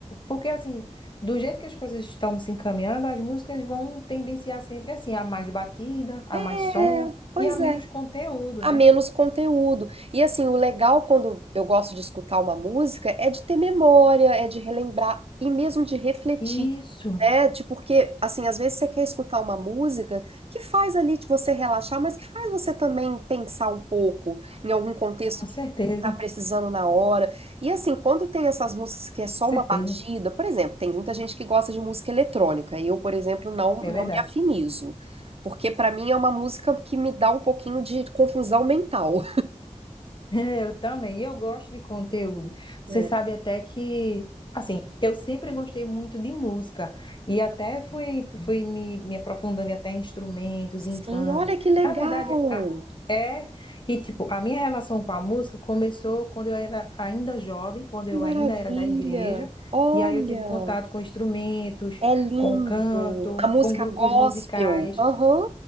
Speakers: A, on the left (about 40°); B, on the right (about 50°).
A: Porque, assim, do jeito que as coisas estão se encaminhando, as músicas vão tendenciar sempre assim, a mais batida, a mais
B: É,
A: som
B: pois
A: e a menos
B: é.
A: conteúdo,
B: a
A: né?
B: menos conteúdo. E assim, o legal quando eu gosto de escutar uma música é de ter memória, é de relembrar e mesmo de refletir,
A: Isso,
B: né? De porque assim, às vezes você quer escutar uma música que faz ali de você relaxar, mas que faz você também pensar um pouco em algum contexto
A: com certeza,
B: que você está precisando na hora. E assim, quando tem essas músicas que é só
A: com certeza.
B: uma batida, por exemplo, tem muita gente que gosta de música eletrônica, e eu, por exemplo, não
A: É
B: não
A: verdade.
B: me afinizo. Porque pra mim é uma música que me dá um pouquinho de confusão mental.
A: É, Eu também. E eu gosto de conteúdo. Você
B: É.
A: sabe até que, assim, eu sempre gostei muito de música. E até fui, fui me, me aprofundando em até em instrumentos,
B: Sim,
A: em canto.
B: olha que legal!
A: Na verdade, a- é. E, tipo, a minha relação com a música começou quando eu era ainda jovem, quando
B: Que
A: eu
B: maravilha!
A: ainda era da igreja.
B: Olha,
A: E aí eu tive contato com instrumentos,
B: é lindo!
A: com canto,
B: A música
A: com grupos
B: gospel,
A: musicais.
B: aham,